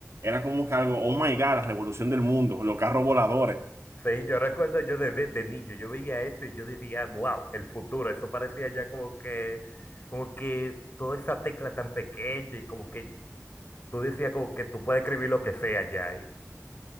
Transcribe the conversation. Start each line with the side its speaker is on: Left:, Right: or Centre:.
Right: era como que algo, oh my God, la revolución del mundo, los carros voladores.
Left: Sí, yo recuerdo yo de, de- de niño, yo veía eso y yo decía, wow, el futuro, eso parecía ya como que, como que toda esa tecla tan pequeña y como que tú decías como que tú puedes escribir lo que sea ya. Y,